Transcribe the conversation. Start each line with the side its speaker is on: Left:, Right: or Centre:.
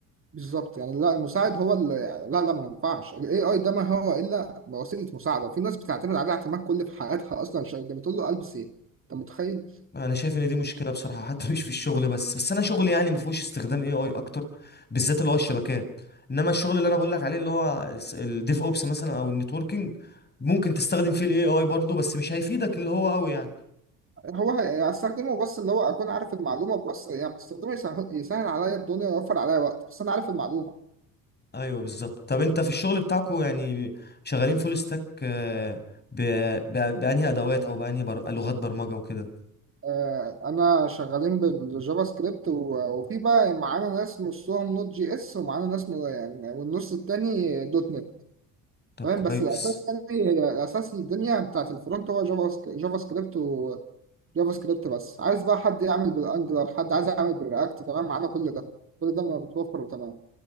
Right: بالظبط يعني لا المساعد هو اللي يعني، لا لا ما ينفعش الاي اي ده ما هو الا وسيله مساعده في ناس بتعتمد عليه اعتماد كل في حياتها اصلا عشان ده بتقول له البس ايه انت متخيل
Left: انا شايف ان دي مشكله بصراحه حتى مش في الشغل بس بس انا شغلي يعني ما فيهوش استخدام اي اي اكتر بالذات اللي هو الشبكات انما الشغل اللي انا بقول لك عليه اللي هو الديف اوبس مثلا او النتوركينج ممكن تستخدم فيه الاي اي برضه بس مش هيفيدك اللي هو قوي يعني
Right: هو هي- هستخدمه بس اللي هو اكون عارف المعلومه بس يعني بستخدمه يسهل, يسهل عليا الدنيا ويوفر عليا وقت بس انا عارف المعلومه
Left: ايوه بالظبط طب انت في الشغل بتاعكو يعني شغالين فول ستاك آه، ب- ب- بانهي ادوات او بانهي بر... لغات برمجه وكده
Right: آه، انا شغالين بالجافا سكريبت و- وفي بقى معانا ناس نصهم نوت جي اس ومعانا ناس نو- يعني والنص التاني دوت نت
Left: طب
Right: تمام
Left: كويس
Right: بس الاساس يعني هي- الاساس الدنيا بتاعت الفرونت هو جافا سك- جافا سكريبت وجافا سكريبت بس عايز بقى حد يعمل بالانجلر حد عايز يعمل بالرياكت تمام معانا كل ده كل ده متوفر وتمام